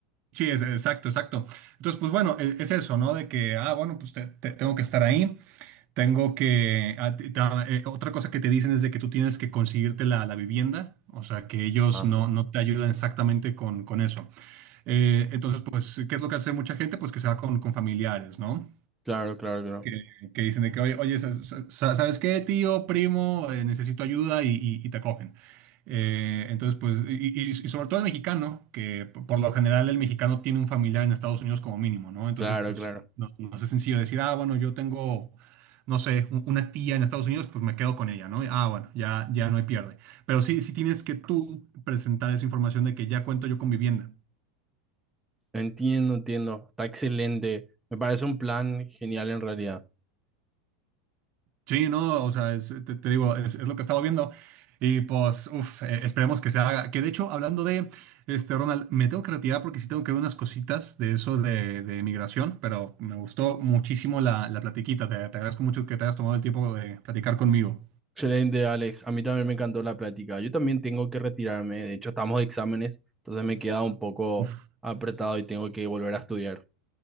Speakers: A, on the right (about 45°); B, in the centre.
A: Sí, es, exacto, exacto. Entonces, pues bueno, e- es, eso, ¿no? De que, ah, bueno, pues te- te- tengo que estar ahí, tengo que... ah, te- ta- eh, otra cosa que te dicen es de que tú tienes que conseguirte la, la vivienda, o sea, que ellos
B: Ajá.
A: no, no te ayudan exactamente con, con eso. Eh, entonces, pues, ¿qué es lo que hace mucha gente? Pues que se va con, con familiares, ¿no?
B: Claro, claro, claro.
A: que, que dicen de que, oye, oye, sa- sa- sa- ¿sabes qué, tío, primo? Eh, necesito ayuda y, y- y te acogen. Eh, entonces, pues, y, y- y sobre todo el mexicano, que p- por lo general el mexicano tiene un familiar en Estados Unidos como mínimo, ¿no? Entonces,
B: Claro,
A: pues,
B: claro.
A: no, no es sencillo decir, ah, bueno, yo tengo, no sé, un- una tía en Estados Unidos, pues me quedo con ella, ¿no? Ah, bueno, ya, ya no hay pierde. Pero sí, sí tienes que tú presentar esa información de que ya cuento yo con vivienda.
B: Entiendo, entiendo. Está excelente. Me parece un plan genial en realidad.
A: Sí, no, o sea, es- te, te digo, es, es lo que estaba viendo. Y pues, uff, esperemos que se haga. Que de hecho, hablando de, este, Ronald, me tengo que retirar porque sí tengo que ver unas cositas de eso de, de migración, pero me gustó muchísimo la, la platiquita. Te, te agradezco mucho que te hayas tomado el tiempo de platicar conmigo.
B: Excelente, Alex. A mí también me encantó la plática. Yo también tengo que retirarme. De hecho, estamos de exámenes, entonces me queda un poco
A: Uf,
B: apretado y tengo que volver a estudiar.